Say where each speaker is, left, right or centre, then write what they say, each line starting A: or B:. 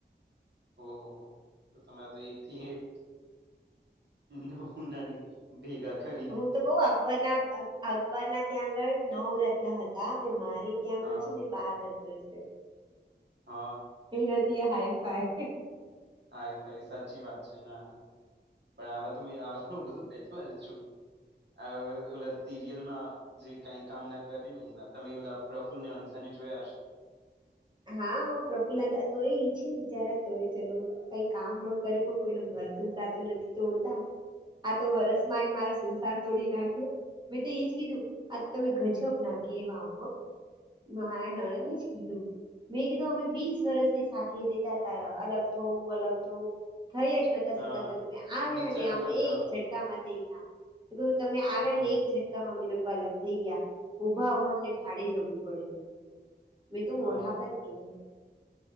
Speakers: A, on the right; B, on the right.
A: ઓ હો હો તો તમારે તો એક થી એક નમૂનાની ભેગા કરી
B: હું તો કઉ, અકબરના અ અકબરના ત્યાં આગળ નવરત્ન હતા, પણ મારે ત્યાં
A: હા
B: આગળ છે ને બાર રત્ન છે.
A: હ,
B: એના થીય હાય ફાય
A: હા, ઈ ભાય સાચી વાત છે. ના, ના પણ આવા તો <unintelligible> પહેલી વાર જોયું, આવા તો ઓલા સિરિયલમાં જે કાઈ કામ ના કર્યું ને <unintelligible> તમે ઓલા પ્રફુલ્લને અંસાને જોયા હશે.
B: હા, પ્રફુલ્લન ને તા તો ઈ છે ને બિચારા તોય ચલો કઈ કામ નો કરે પણ કોઈ નો ઘર સંસાર તો નથી. તોડતા આ તો વરસમાં <unintelligible> મારા સંસાર તોડી નાખ્યો, મેં તો એજ કીધું આ તો તમે ગજબ ના કેવાવ હો મારા નળનને જ કીધું. મેં કીધું, અમે વીસ વરસથી સાથે રેતા અતા. અલગ થવું અલગ થવું થઈ જ <unintelligible>
A: હા
B: છતા પણ તમે આવ્યા
A: વિચારોમાં
B: નઈ, આમ
A: જ
B: એક
A: હ
B: ઝટકામાં થેઈ ગીયા, જો તમે આવ્યા
A: હમ
B: ને એક ઝટ <unintelligible> મમ્મી લોકો અલગ થેઈ ગયા, ઊભા ઊભા અમને ભાડે જવું પડ્યું. મેં તો
A: હા
B: મોઢા પર કીધું.